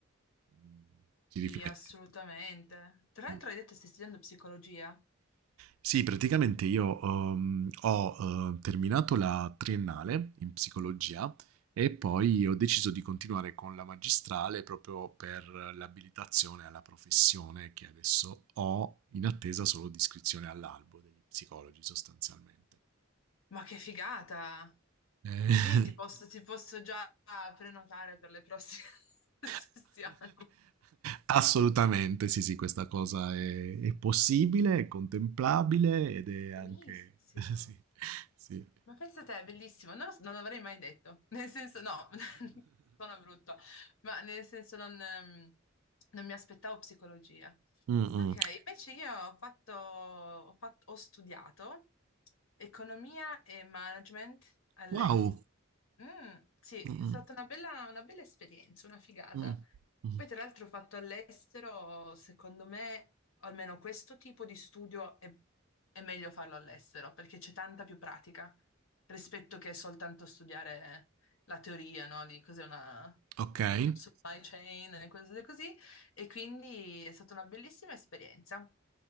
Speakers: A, on the right (about 85°); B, on the left (about 70°).
A: mm, ci
B: Sì,
A: rifletti.
B: assolutamente. Tra l'altro
A: Mm.
B: hai detto che stai studiando psicologia?
A: Sì, praticamente io ehm, ho eh, terminato la triennale in psicologia e poi ho deciso di continuare con la magistrale proprio per l'abilitazione alla professione che adesso ho in attesa solo di iscrizione all'albo degli psicologi sostanzialmente.
B: Ma che figata!
A: Eh,
B: Ah, quindi ti posso, ti posso già prenotare per le prossime <laughs> sessioni.
A: <laughs> Complimenti. Assolutamente, sì, sì, questa cosa è, è possibile, è contemplabile ed è anche...
B: Benissimo.
A: <laughs> Sì, sì.
B: Ma pensa te, è bellissimo. Non, lo- so, non l'avrei mai detto. Nel senso, no, <laughs> sono brutto, ma nel senso non, ehm, non mi aspettavo psicologia.
A: Mm,
B: Ok,
A: mm.
B: invece io ho fatto, ho fatto- ho studiato economia e management all'estero.
A: Wow.
B: Mm, sì,
A: Mm, mm.
B: è stata una bella, una bella esperienza, una figata.
A: Mh. Mh.
B: Poi, tra l'altro, ho fatto all'estero, secondo me, almeno questo tipo di studio è, è meglio farlo all'estero perché c'è tanta più pratica rispetto che soltanto studiare la teoria, no? Di cos'è una,
A: Okay.
B: eh, una supply chain e cose così e quindi è stata una bellissima esperienza.